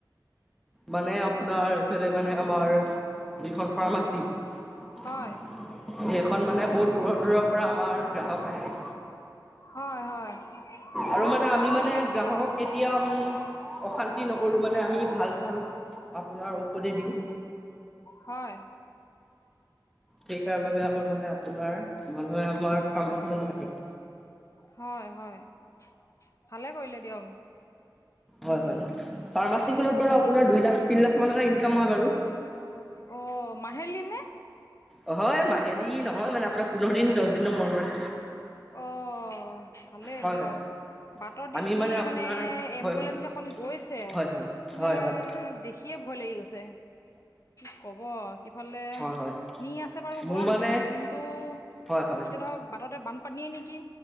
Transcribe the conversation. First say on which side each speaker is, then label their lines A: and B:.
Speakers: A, in the centre; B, on the left (about 40°).
A: মানে আপোনাৰ এইফালে মানে আমাৰ যিখন ফাৰ্মাচী এইখন
B: হয়
A: মানে বহুত দূৰৰ দূৰৰ পৰা আমাৰ গ্ৰাহক আহে।
B: হয় হয়, ভালে
A: আৰু মানে
B: কৰিলে
A: আমি
B: আপনালোকে
A: মানে গ্ৰাহকক কেতিয়াও আমি অশান্তি নকৰোঁ মানে আমি ভাল ভাল আপোনাৰ ঔষধে দিওঁ।
B: হয়।
A: সেইকাৰ বাবে আমাৰ মানে আপোনাৰ মানুহে আমাৰ ফ্ৰামাচী খনত আহে।
B: হয় হয়, ভালে কৰিলে দিয়ক।
A: হয় হয়, ফাৰ্মাচীখনত
B: কি ক'ব
A: বাৰু আপোনাৰ দুই লাখ, তিনি লাখ মান টকা ইনকাম হয় বাৰু।
B: অ মাহেলী নে?
A: অ হয় মাহিলী নহয় মানে আপোনাৰ পোন্ধৰ দিন, দছ দিনৰ মূৰে-মূৰে।
B: অহ ভালে
A: হয়
B: দিয়ক।
A: হয়।
B: বাট' দি
A: আমি
B: যি
A: আপোনাৰ
B: মানে
A: হয়
B: এম্বুলেঞ্চ
A: হয়
B: এখন গৈছে
A: হয় হয়
B: মানে
A: হয় হয়
B: দে খিয়ে ভয় লাগি গৈছে। কি ক'ব সিফালে
A: হয় হয়
B: নি আছে বাৰু
A: মোৰ
B: গুৱাহাটীলৈ
A: মানে
B: কিন্তু
A: হয় হয়
B: এতিয়া ধৰক বাটতে বানপানীয়ে নিকি?